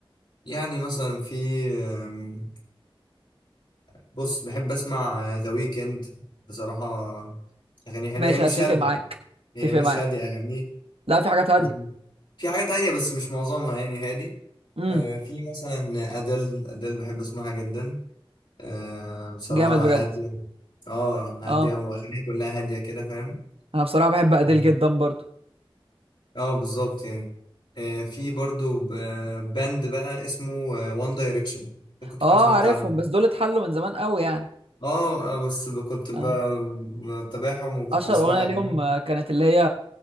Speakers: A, on the left; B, on the right.
A: يعني مثلا في آم، بص بحب أسمع ذا ويكند بصراحة أغانيه حلوة
B: ماشي
A: هي مش
B: اتفق
A: هادية
B: معاك
A: هي
B: اتفق
A: مش
B: معاك
A: هادية أغانيه
B: لا في حاجات هاديه
A: في في حاجات هادية بس مش معظمها يعني هادي
B: امم
A: آه، في مثلا أدل أدل بحب أسمعها جدا آه، بصراحة
B: جامد بجد
A: هادية اه هادية
B: اه
A: وأغانيها كلها هادية كده فاهم
B: انا بصراحه بحب اديل
A: اه
B: جدا برضو
A: آه، بالظبط يعني آه، في برضو ب- باند بقى اسمه وان دايركشن ممكن تكون
B: اه
A: سمعت
B: عارفهم
A: عنه
B: بس دول اتحلوا من زمان قوي يعني
A: اه آه، بس كنت ب-
B: اه
A: بتابعهم وكنت
B: اشهر
A: بسمع
B: اغنيه
A: اغانيهم
B: ليهم آه، كانت اللي هي